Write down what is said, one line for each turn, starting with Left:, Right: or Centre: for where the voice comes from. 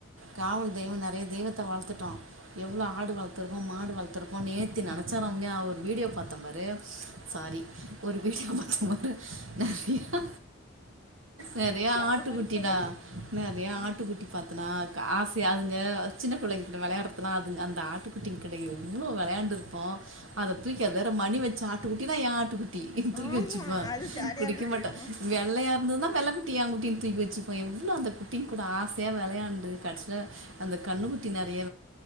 Right: காவல் தெய்வம் நெறைய தெய்வத்த வளத்துட்டோ எவ்ளோ ஆடு வளர்த்துருக்கோ மாடு வளர்த்துப்போ நேத் த்தி நெனச்ச ரம்யா ஒரு வீடியோ பாத்தன் பாரு சாரி ஒரு வீடியோ பாத்த பாரு நெறயா நெறயா
Left: செம
Right: ஆட்டு
Left: வல்படு
Right: குட்டிடா நெறைய
Left: ம்
Right: ஆட் பார்த்தன்னா கசை யார்ங்க சின்ன பிள்ளைங்கிட்ட விளையாடுறதுலா அதுங்க அந்த ஆட்ட பட்டுக்ட்டிங் கடை எவ்லோ விளையாண்டுருக்கு அதை தூக்கி வேற மணி வச்ச ஆட்டு குட்டினா என் ஆட்டு குட்டி தூக்கிவச்சுப்ப
Left: ஆமா அது ஜாலியா
Right: குடிக்க
Left: இருக்கும்
Right: மட்ட
Left: தெரியுமா
Right: வெள்ளையா அந்ததான் வெள்ளகுட்டிங்க குட்டின் தூக்கி வச்சுப்போ எவ்ளோ அந்த குட்டி கூட ஆசையா விளையாண்டு கடைசியில் அந்த கண்ணுக்குட்டி நெறைய